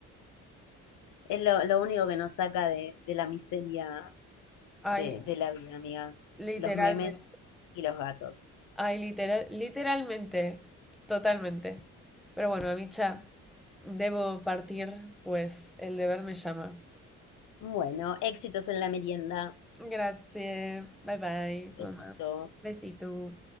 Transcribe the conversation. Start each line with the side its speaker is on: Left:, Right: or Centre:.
Left: Es lo, lo único que nos saca de, de la miseria
Centre: Ay,
Left: de, de la vida, amiga.
Centre: literalmente,
Left: Los memes y los gatos.
Centre: ay, literal, literalmente, totalmente. Pero bueno, Amicha, debo partir, pues el deber me llama.
Left: Bueno, éxitos en la merienda.
Centre: Gracias. Bye bye,
Left: Besito.
Centre: mamá. Besito.